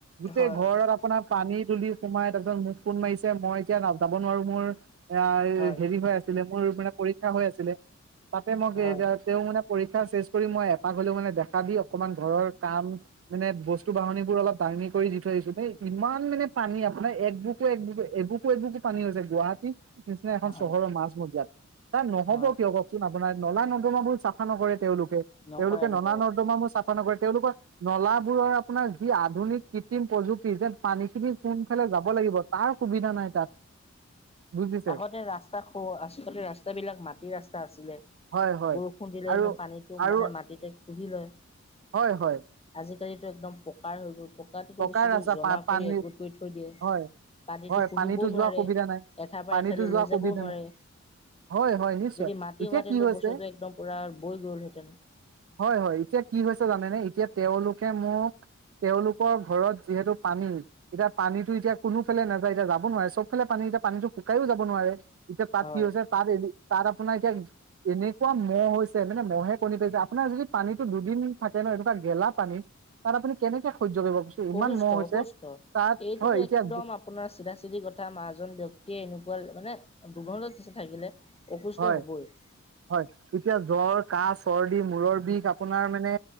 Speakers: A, on the right; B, on the left.
A: গোটেই
B: হয়,
A: ঘৰত। আপোনাৰ পানী তুলি সোমাই তাৰপিছত মুখ ফোন মাৰিছে মই এতিয়া নাযাব নোৱাৰো মোৰ। এ
B: হয়,
A: হেৰি হৈ আছিলে মোৰ মানে পৰীক্ষা হৈ আছিলে তাতে মই
B: হয়,
A: তেওঁ মানে। পৰীক্ষা চেচ কৰি মই এপাক হলেও মানে দেখা দি অকমান ঘৰৰ কাম। মানে বস্তু বাহন বোৰ অলপ দাঙি কৰি দি থৈ আহিছো ন ইমান মানে পানী আপোনাৰ এক বু। বুক এবুকো এবুকো পানী হৈছে গুৱাহাটী। নিচিনা এখন
B: হয়,
A: চহৰৰ
B: হয়,
A: মাছ মজিয়াত তাৰ নহ'ব
B: হয়।
A: কিয় ক। ই নলা নৰ্দমা বোৰ চাফা নকৰে তেওঁলোকে
B: নকৰে
A: তেওঁলোকে নলা
B: নকৰে
A: নৰ্দমা চাফা। ন কৰে তেওঁলোকৰ নলাবোৰৰ আপোনাৰ যি আধুনিক কৃত্ৰিম প্ৰযুক্তি যেন। পানী খিনি কোনফালে যাব লাগিব তাৰ সুবিধা নাই তাত। বুজিছে
B: আগতে ৰাস্তা খ আচলতে ৰাস্তাবিলাক মাটি ৰাস্তা আছিলে।
A: হয় হয়
B: বৰষুণ দিলে এনে
A: আৰু
B: পানীটো
A: আৰু
B: মানে মাটিতে শুহি লয়।
A: হয় হয়।
B: আজিকালিতো একদম পকাৰ হৈ গ'ল। কাতিটো
A: পকাৰ
B: বস্তুটো
A: ৰাস্তা
B: জমা
A: পা পানী
B: কৰি একগোট কৰি থৈ দিয়ে,
A: হয়
B: পানীটো
A: হয়
B: শুহিবও
A: পানীতো যোৱা
B: নোৱাৰে।
A: সুবিধা নাই
B: এঠাইৰ পৰা
A: পানীতো
B: এঠাইলৈ
A: যোৱা
B: লৈ যাবও
A: সুবিধা
B: নোৱাৰে।
A: নাই হয় হয় নিশ্চয়
B: যদি মাটি
A: এতিয়া
B: হোৱতেনো
A: কি হৈছে
B: বস্তুতটো একদম পুৰা বৈ গ'লহেতেন।
A: হয় হয়, এতিয়া কি হৈছে জানেনে এতিয়া তেওঁলোকে মোক তেওঁলোক কৰ ঘৰত যিহেতু পানী। এতিয়া পানীতটো এতিয়া কোনোফালে নাযায় এতিয়া যাব নোৱাৰে চবফালে পানী এতিয়া পানীতো শুকাইও যাব নোৱাৰে। এতিয়া তাত
B: হয়।
A: কি হৈছে, তাত এ তাত আপোনাৰ এতিয়া এনেকুৱা মহ হৈছে মানে মহে কণী পাৰিছে, আপোনাৰ যদি পানীতো দুদিন থাকে ন, এনেককা গেলা পানী। তাত আপুনি কেনেকে সহ্য কৰিব কৈছো, ইমান
B: অসুস্থ
A: মহ হৈছে
B: অসুস্থ
A: তাত
B: এইটোতো
A: হয় এতিয়া
B: একদম আপোনাৰ চিধা চিধি কথা মা এজন ব্যক্তিয়ে এনেকুৱা মানে দুৰ্গন্ধ হৈছে থাকিলে। অসুস্থ
A: হয়
B: হ'বই।
A: হয় এতিয়া জ্বৰ, কাহ, চৰ্দি, মূৰৰ বিষ আপোনাৰ মানে